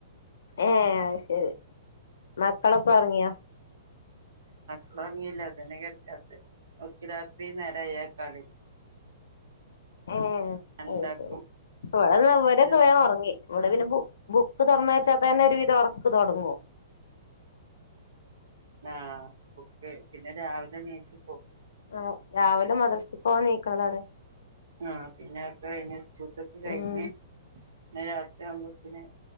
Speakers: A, on the left (about 80°); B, on the right (about 65°).
A: ഏ ശരി മക്കളൊക്കെ ഇറങ്ങിയാ
B: ഇറങ്ങില്ലതന്നെ കിടക്കാത്ത ഒക്കി രാത്രി നേരയ കളിൽ
A: ഏ
B: ഉണ്ടാക്കും
A: അ ശരി വവിടെന്ന് അവരൊക്കെ
B: ചെറു
A: വേൻ ഉറങ്ങി ഇവിടെ പിന്നെ ബ ബുക്ക് തുറന്ന വച്ചാ തന്നെ ഒരു വിധം ഉറക്ക് തുടങ്ങോ
B: ആ ബുക്ക് പിന്നെ രാവിലെ നിച്ച്
A: ആ രാവിലെ മദ്രസ ക്ക് പോവാൻ നീക്കണതാണ്
B: ആഹ പിന്നെ അക്കെ കഴിഞ്ഞ് സ്കൂത്തക്ക കഴിഞ്ഞ്
A: ഉം
B: രാത്രി ആവുമ്പോത്തന്